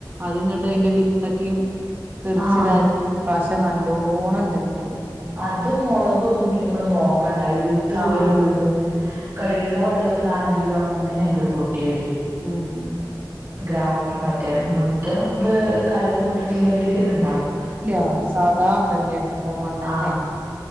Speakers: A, on the right; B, on the right.
A: അതുംകണ്ട് അയ്ന്റെ വിത്തക്കെയും തെറിച്ചിതായി
B: ആഹ്
A: ഇപ്രാശം പക്ഷെ നല്ലോണം ഇണ്ടായിക്കുണു
B: അത് അതും മൊളകും ഒന്നും പിന്നെ മ്മള് നോക്കണ്ടാ ഈ വിത്ത്
A: ആഹ്
B: വീണ് വീണ് കഴുകണ വെള്ളത്ത്ന്നാണെങ്കിലും അങ്ങനെ അങ്ക്ട് പൊട്ടി വെരും
A: ഉം ഉം
B: ഗ്രൗണ്ട് മറ്റേ മുറ്റം ഇത് കല്ലൊന്നു ഇട്ടിട്ടില്ലെങ്കില് ഇണ്ടാവും
A: ഇല്ലാ സാധാ ഇതന്നെയാണ് ട്ടാ മണ്ണെന്ന്
B: ആഹ്
A: ന്നെയാണ്